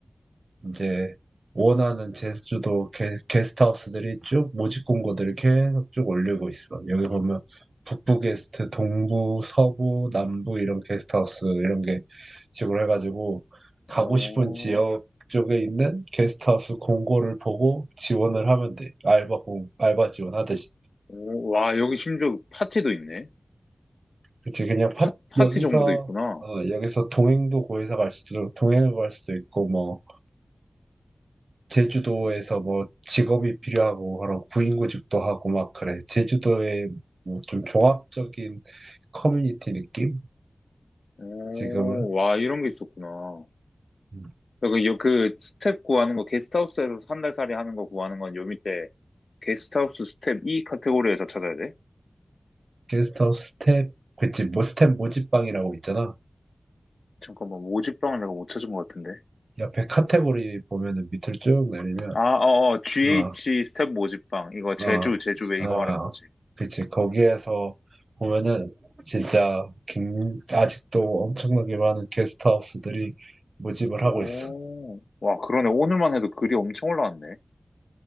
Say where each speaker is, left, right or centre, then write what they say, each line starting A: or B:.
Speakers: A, on the right (about 70°); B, on the left (about 80°).
A: 이제 원하는 제주도 게, 게스트하우스들이 쭉 모집 공고들을 계속 쭉 올리고 있어. 여기 보면 북부 게스트, 동부, 서부, 남부 이런 게스트하우스 이런 게 식으로 해가지고 가고
B: 어,
A: 싶은 지역 쪽에 있는 게스트하우스 공고를 보고 지원을 하면 돼. 알바 공, 알바 지원하듯이.
B: 오, 와, 여기 심지어 파티도 있네.
A: 그치, 그냥 팟,
B: 파, 파티
A: 여기서,
B: 정보도 있구나.
A: 어, 여기서 동행도 구해서 갈 수도, 동행을 갈 수도 있고, 뭐, 제주도에서
B: 어,
A: 뭐, 직업이 필요하고, 그런 구인구직도 하고, 막, 그래. 제주도의 뭐, 좀 종합적인 커뮤니티 느낌?
B: 오,
A: 지금은.
B: 와, 이런 게 있었구나.
A: 음.
B: 그, 여- 그 스텝 구하는 거, 게스트하우스에서 한 달 살이 하는 거 구하는 건 요 밑에 게스트하우스 스텝 E 카테고리에서 찾아야 돼.
A: 게스트하우스 스텝, 그치, 뭐, 스텝 모집방이라고 있잖아.
B: 잠깐만, 모집방을 내가 못 찾은 것 같은데.
A: 옆에 카테고리 보면은 밑으로 쭉 내리면,
B: 아, 어, 어, GH
A: 어,
B: 스텝 모집방. 이거 제주,
A: 어,
B: 제주 왜 이거
A: 어,
B: 말하는 거지?
A: 그치. 거기에서 보면은 진짜 김, 아직도 엄청나게 많은 게스트하우스들이 모집을
B: 오,
A: 하고 있어.
B: 와, 그러네. 오늘만 해도 글이 엄청 올라왔네.